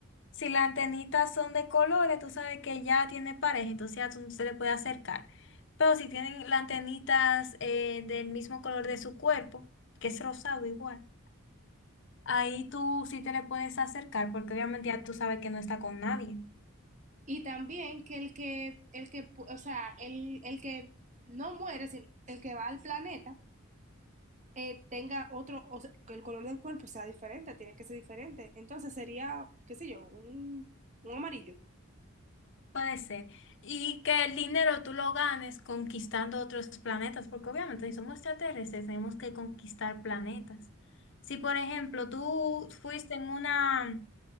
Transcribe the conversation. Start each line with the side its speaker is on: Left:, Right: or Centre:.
Left: si las antenitas son de colores, tú sabes que ya tiene pareja, entonces ya tú no se le puede acercar. Pero si tienen las antenitas eh, del mismo color de su cuerpo, que es rosado igual. Ahí tú sí te le puedes acercar porque obviamente ya tú sabes que no está con nadie.
Right: Y también que el que, el que, o sea, el, el que no muere, sino el que va al planeta eh, tenga otro, o sea, que el color del cuerpo sea diferente, tiene que ser diferente. Entonces sería, qué sé yo, un, un amarillo.
Left: Puede ser. Y que el dinero tú lo ganes conquistando otros planetas, porque obviamente si somos extraterrestres tenemos que conquistar planetas. Si por ejemplo tú fuiste en una,